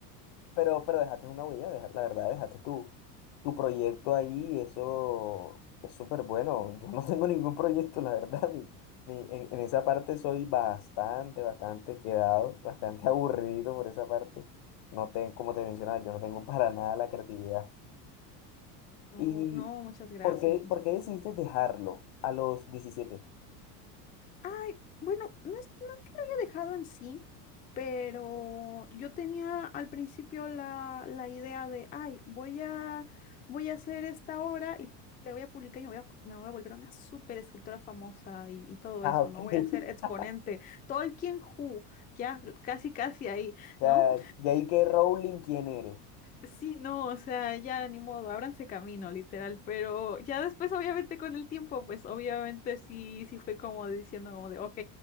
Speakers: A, on the left; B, on the left.
A: Pero, pero dejaste una huella, deja- la verdad, dejaste tu, tu proyecto ahí, y eso es súper bueno. Yo no <laughs> tengo ningún proyecto, la verdad. Mi, mi- en, en esa parte soy bastante, bastante quedado, <laughs> bastante aburrido por esa parte. No tengo, como te mencionaba, yo no tengo <laughs> para nada la creatividad.
B: No,
A: ¿Y
B: no, muchas gracias,
A: por qué,
B: muchas
A: por qué decidiste dejarlo a los diecisiete
B: Ay, bueno, no es, no es que lo había dejado en sí, pero yo tenía al principio la, la idea de, ay, voy a, voy a hacer esta obra y la voy a publicar y me voy a, me voy a volver una súper escritora famosa y, y todo
A: Ah,
B: eso,
A: ok.
B: ¿no? Voy a ser exponente.
A: <laughs>
B: Tolkien Who, ya casi casi ahí,
A: O
B: ¿no?
A: sea, de ahí que Rowling, ¿quién eres?
B: Sí, no, o sea, ya ni modo, ábranse camino, literal, pero ya después, obviamente, con el tiempo, pues obviamente sí, sí fue como diciendo como de, ok,